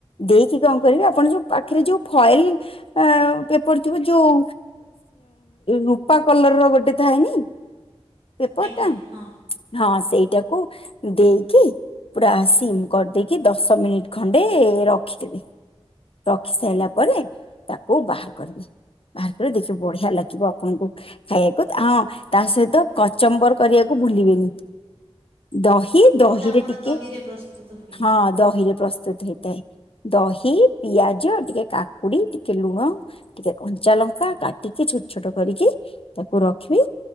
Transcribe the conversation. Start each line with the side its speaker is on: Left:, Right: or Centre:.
Left: ଦେଇକି କଣ କରିବେ ଆପଣ ଯୋଉ ପାଖରେ ଯୋଉ ଫଏଲ ଆ ପେପର ଥିବ ଯୋଉ ରୂପା କଲର ର ଗୋଟେ ଥାଏନି? ପେପର୍
Right: ଆଜ୍ଞା
Left: ଟା,
Right: ହଁ
Left: ହଁ ସେଇଟାକୁ ଦେଇକି ପୁରା ସିମ୍ କରିଦେଇକି ଦଶ ମିନିଟ ଖଣ୍ଡେ ରଖିଦେବେ। ରଖି ସାରିଲା ପରେ ତାକୁ ବାହାର କରିବେ। ବାହାର କରି ଦେଖିବ ବଢିଆ ଲାଗିବ ଆପଣଙ୍କୁ ଖାଇବାକୁ। ହଁ, ତା ସହିତ କଚମ୍ବର କରିବାକୁ ଭୁଲିବେନି। ଦହି
Right: ଯେଉଁଟା
Left: ଦହିରେ
Right: ଆମର
Left: ଟିକେ,
Right: ଦହିରେ ପ୍ରସ୍ତୁତ ହୁଏ
Left: ହଁ ଦହିରେ ପ୍ରସ୍ତୁତ ହେଇଥାଏ। ଦହି, ପିଆଜ, ଟିକେ କାକୁଡି, ଟିକେ ଲୁଣ ଟିକେ କଞ୍ଚା ଲଙ୍କା କାଟିକି ଛୋଟ ଛୋଟ କରିକି ତାକୁ ରଖିବି।